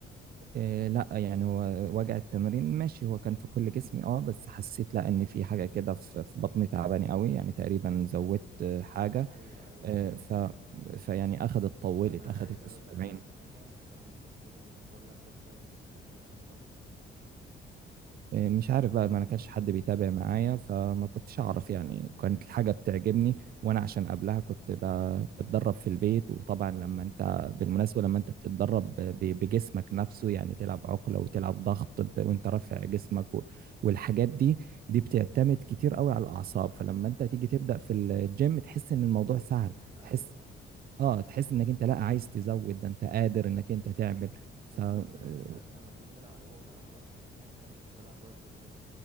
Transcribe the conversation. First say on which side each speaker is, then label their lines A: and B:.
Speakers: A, on the right; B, on the right.
A: إيه لا يعني هو وجع التمرين ماشي هو كان في كل جسمي اه بس حسيت لا ان في حاجه كده في في بطني تعباني قوي يعني تقريبا زودت
B: امم
A: آه، حاجه
B: ايوه ايوه
A: آه، ف فيعني اخذت طولت
B: انا
A: اخذت
B: عايز اقول
A: اسبوعين
B: لك على حاجة انت ممكن يكون اللي حصل لك ده بسبب ان انت خدت نفس غلط
A: إيه، مش عارف بقى ما انا كانش حد بيتابع معايا فما كنتش اعرف يعني كانت الحاجة بتعجبني وانا عشان قبلها كنت ب- بتدرب في البيت وطبعا لما انت بالمناسبة لما انت بتتدرب ب- بجسمك نفسه يعني تلعب عقلة وتلعب ضغط ب- وانت رافع جسمك و- والحاجات دي دي بتعتمد كتير قوي على الاعصاب فلما انت تيجي تبدأ في الجيم تحس ان الموضوع
B: بحيث
A: سهل
B: ان ايوه
A: تحس اه تحس انك انت لا عايز تزود ده انت قادر انك انت تعمل
B: بالظبط
A: ف آه،
B: لان انت اساسا لما تيجي تلعب عقله او ضغط انت حرفيا انت بتلعب بوزن الجسم